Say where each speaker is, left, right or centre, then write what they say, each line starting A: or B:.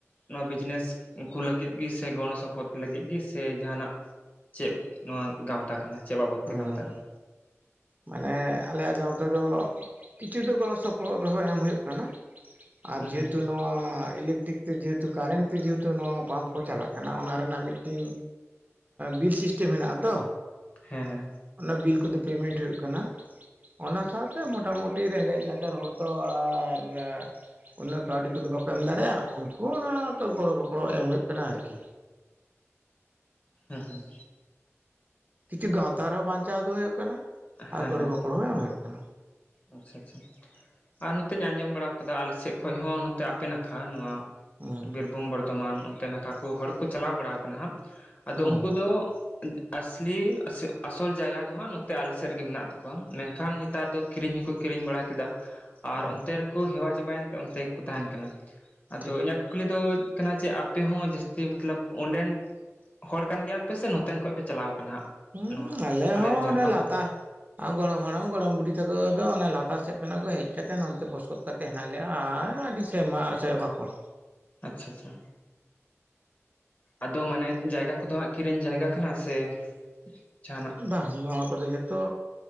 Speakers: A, on the left; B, on the right.
A: ᱱᱚᱣᱟ ᱵᱤᱡᱽᱱᱮᱥ ᱠᱩ ᱞᱟᱹᱜᱤᱫ ᱜᱮ ᱥᱮ ᱜᱚᱲᱚ ᱥᱚᱯᱚᱦᱚᱫ ᱞᱟᱹᱜᱤᱫ ᱜᱮ ᱥᱮ ᱡᱟᱸᱦᱟᱱᱟᱜ ᱪᱮᱫ ᱱᱚᱣᱟ ᱜᱟᱶᱛᱟ ᱠᱟᱱᱟ, ᱪᱮᱫ ᱵᱟᱵᱚᱫ ᱛᱮ
B: ᱦᱮᱸ
A: ᱜᱟᱶᱛᱟ ᱠᱟᱱᱟ?
B: ᱢᱟᱱᱮ ᱟᱞᱮᱭᱟᱜ ᱜᱟᱶᱛᱟ ᱫᱚ ᱠᱤᱪᱷᱩ ᱫᱚ ᱜᱚᱲᱚ ᱥᱚᱯᱚᱦᱚᱫ ᱨᱮᱦᱚᱸ ᱮᱢ ᱦᱩᱭᱩᱜ ᱠᱟᱱᱟ, ᱟᱨ
A: ᱦᱩᱸ
B: ᱡᱮᱦᱮᱛᱩ
A: ᱦᱩᱸ
B: ᱱᱚᱣᱟ ᱤᱞᱮᱠᱴᱨᱤᱠ ᱛᱮ ᱡᱮᱦᱮᱛᱩ ᱠᱟᱨᱮᱱᱴ ᱛᱮ ᱡᱮᱦᱮᱛᱩ ᱱᱚᱣᱟ ᱯᱟᱢᱯ ᱠᱚ ᱪᱟᱞᱟᱜ ᱠᱟᱱᱟ, ᱚᱱᱟ ᱨᱮᱱᱟᱜ ᱢᱤᱫᱴᱤᱱ ᱵᱤᱞ ᱥᱤᱥᱴᱮᱢ ᱦᱮᱸᱱᱟᱜ ᱟᱛᱚ?
A: ᱦᱮᱸ ᱦᱮᱸ᱾
B: ᱚᱱᱟ ᱵᱤᱞ ᱠᱚᱫᱚ ᱯᱮᱢᱮᱱᱴ ᱦᱩᱭᱩᱜ ᱠᱟᱱᱟ, ᱚᱱᱟ ᱥᱟᱶᱛᱮ ᱢᱚᱴᱟ ᱢᱩ ᱴᱤ ᱨᱮᱸᱜᱮᱡ ᱱᱟᱪᱟᱨ ᱦᱚᱲᱛᱚ ᱟᱨ ᱩᱱᱟᱹᱜ ᱠᱟᱹᱣᱰᱤ ᱠᱚᱫᱚ ᱵᱟᱠᱚ ᱮᱢ ᱫᱟᱲᱮᱭᱟᱜ-ᱟ ᱩᱱᱠᱩ ᱚᱱᱟ ᱠᱚ ᱜᱚᱲᱚ ᱜᱚᱯᱚᱲᱚ ᱮᱢ ᱦᱩᱭᱩᱜ ᱠᱟᱱᱟ ᱟᱨᱠᱤ᱾
A: ᱦᱩᱸ ᱦᱩᱸ᱾
B: ᱠᱤᱪᱷᱩ ᱜᱟᱶᱛᱟ ᱨᱮᱦᱚᱸ ᱵᱟᱧᱪᱟᱣ ᱫᱚ ᱦᱩᱭᱩᱜ ᱠᱟᱱᱟ,
A: ᱦᱮᱸ
B: ᱟᱨ ᱜᱚᱲᱚ
A: ᱦᱮᱸ
B: ᱜᱚᱯᱚᱲ ᱦᱚᱸ ᱮᱢ ᱦᱩᱭᱩᱜ ᱠᱟᱱᱟ᱾
A: ᱟᱪᱪᱷᱟ ᱟᱪᱪᱷᱟ ᱟᱨ ᱱᱚᱛᱮᱧ ᱟᱸᱡᱚᱢ ᱵᱟᱲᱟ ᱟᱠᱟᱫᱟ ᱟᱞᱮ ᱥᱮᱫ ᱠᱷᱚᱱ ᱦᱚᱸ ᱱᱚᱛᱮ ᱟᱯᱮ ᱱᱟᱠᱷᱟ ᱱᱚᱣᱟ
B: ᱦᱩᱸ
A: ᱵᱤᱨᱵᱷᱩᱢ ᱵᱚᱨᱫᱷᱚᱢᱟᱱ ᱚᱱᱛᱮ ᱱᱟᱠᱷᱟ ᱠᱚ ᱦᱚᱲ ᱠᱚ ᱪᱟᱞᱟᱣ ᱵᱟᱲ ᱟᱠᱟᱱᱟ ᱦᱟᱸᱜ ᱟᱫᱚ
B: ᱦᱩᱸ
A: ᱩᱱᱠᱩ ᱫᱚ ᱟᱥᱞᱤ ᱟᱥᱚ ᱟᱥᱚᱞ ᱡᱟᱭᱜᱟ ᱫᱚ ᱦᱟᱸᱜ ᱱᱚᱛᱮ ᱟᱞᱮᱥᱮᱫ ᱨᱮᱜᱮ ᱢᱮᱱᱟᱜ ᱛᱟᱠᱚᱣᱟ ᱢᱮᱱᱠᱷᱟᱱ ᱱᱮᱛᱟᱨ ᱫᱚ ᱠᱤᱨᱤᱧ ᱦᱚᱸᱠᱚ ᱠᱤᱨᱤᱧ ᱵᱟᱲᱟ ᱠᱮᱫᱟ, ᱟᱨ
B: ᱦᱩᱸ
A: ᱚᱱᱛᱮ ᱨᱮᱠᱚ ᱦᱮᱣᱟ ᱪᱟᱵᱟᱭᱮᱱ ᱛᱮ ᱚᱱᱛᱮ ᱜᱮᱠᱚ ᱛᱟᱸᱦᱮᱱ ᱠᱟᱱᱟ᱾ ᱟᱫᱚ
B: ᱴᱷᱤᱠ
A: ᱤᱧᱟᱹᱜ ᱠᱩᱠᱞᱤ ᱫᱚ ᱠᱟᱱᱟ ᱡᱮ ᱟᱯᱮ ᱦᱚᱸ ᱡᱟᱹᱥᱛᱤ ᱢᱚᱛᱞᱚᱵ ᱚᱸᱰᱮᱱ ᱦᱚᱲ ᱠᱟᱱ ᱜᱮᱭᱟ ᱯᱮ ᱥᱮ ᱱᱚᱛᱮᱱ ᱠᱷᱚᱱ ᱯᱮ ᱪᱟᱞᱟᱣ ᱠᱟᱱᱟ ᱦᱟᱸᱜ?
B: ᱦᱩᱸ
A: ᱱᱚᱣᱟ
B: ᱟᱞᱮ ᱦᱚᱸ
A: ᱡᱷᱟᱲᱠᱷᱚᱸᱰ
B: ᱚᱱᱮ ᱞᱟᱛᱟᱨ
A: ᱱᱟᱠᱷᱟ
B: ᱟ ᱜᱚᱲᱚᱢ ᱦᱟᱲᱟᱢ ᱜᱚᱲᱚᱢ ᱵᱩᱰᱷᱤ ᱛᱟᱠᱚ ᱫᱚ ᱞᱟᱛᱟᱨ ᱥᱮᱫ ᱠᱷᱚᱱᱟᱜ ᱠᱚ ᱦᱮᱡ ᱠᱟᱛᱮ ᱱᱚᱛᱮ ᱵᱚᱥᱚᱛ ᱠᱟ ᱛᱮ ᱦᱮᱸᱱᱟᱜ ᱞᱮᱭᱟ ᱟᱨ ᱟᱹᱰᱤ ᱥᱮᱨᱢᱟ ᱥᱮᱨᱢᱟ ᱠᱷᱚᱱ᱾
A: ᱟᱪᱪᱷᱟ ᱟᱪᱪᱷᱟ ᱟᱫᱚ ᱢᱟᱱᱮ ᱡᱟᱭᱜᱟ ᱠᱚᱫᱚ ᱦᱟᱸᱜ ᱠᱤᱨᱤᱧ ᱡᱟᱭᱜᱟ ᱠᱟᱱᱟ ᱥᱮ ᱡᱟᱦᱟᱱᱟᱜ
B: ᱵᱟᱦ ᱱᱚᱣᱟ ᱠᱚᱫᱚ ᱡᱷᱚᱛᱚ